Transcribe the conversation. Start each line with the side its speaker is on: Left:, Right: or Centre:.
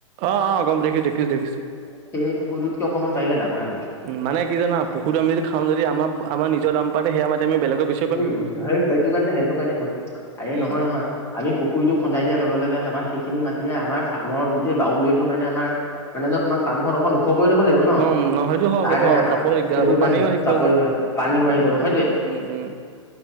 Right: অ অ গম দেখিছো দেখিছো দেখিছো
Left: সেই পুুৰীটোতকে অকণমান পাৰিলে ডাঙৰে কৰিম।
Right: উম মানে কি জানা? পুখুৰীতো আমি যদি খাওঁ যদি আমাৰ আমাৰ নিজৰ দাম পাতে সেয়া মাতি আমি বেলেগে বেছ
Left: উম সেইটো সেইটো কাৰণে সেইটো কাৰণেই কৈছোঁ আৰে
Right: উম
Left: নহয় নহয়। আমি পুখুৰীটো খন্দাই দিয়াৰ লগে লগে আমাৰ সেইখিনি মাটিয়ে আমাৰ ফাৰ্মৰ গোটেই বাউণ্ডৰীটো কাৰণে আমাৰ মানে জত তোমাৰ ফাৰ্মখন অকন ওখ কৰি ল'ব লাগিব ন,
Right: উম সেইটো হয়
Left: তাৰ
Right: সেইটো
Left: কাৰণে
Right: হয়
Left: আমাৰ
Right: চাপৰ দিগদাৰ
Left: সেইটোৰ
Right: হ'ব পানীও
Left: কাৰণে
Right: আহিব
Left: চাপৰি
Right: যে
Left: পানীও আহি যাব হয় দে।
Right: উম উম।